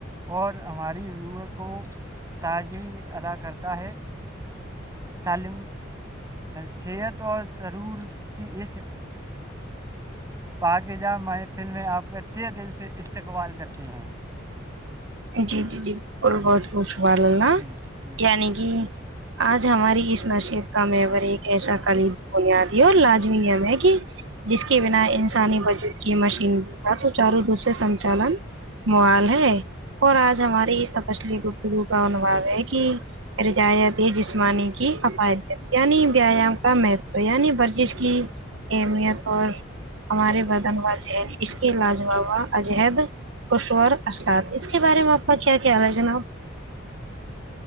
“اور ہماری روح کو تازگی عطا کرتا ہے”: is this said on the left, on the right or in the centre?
Right